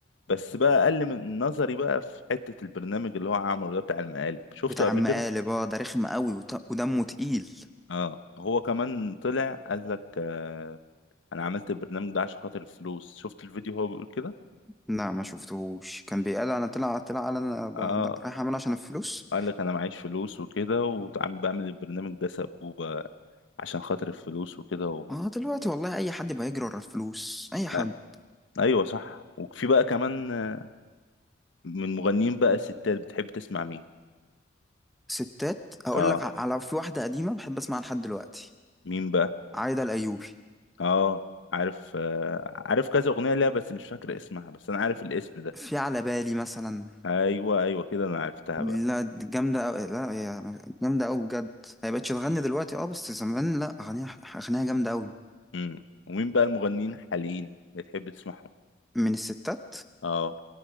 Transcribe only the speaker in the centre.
بتاع
مقالب
اه ده رخم قوي وت- ودمه تقيل
لا ما شفتهوش كان بيقال انا طلع طلع قال انا ب-
ده- رايح اعمل عشان الفلوس
اه دلوقتي والله اي حد بيجري ورا الفلوس اي حد
ستات هقول
لك ع- على في واحده قديمه بحب اسمعها لحد دلوقتي
عايده الايوبي
في على بالي مثلا
لا
دي جامده أوي لا هي جامده أوي بجد هي بقتش تغني دلوقتي اه بس زمان لا اغانيها اغانيها جامده أوي
من الستات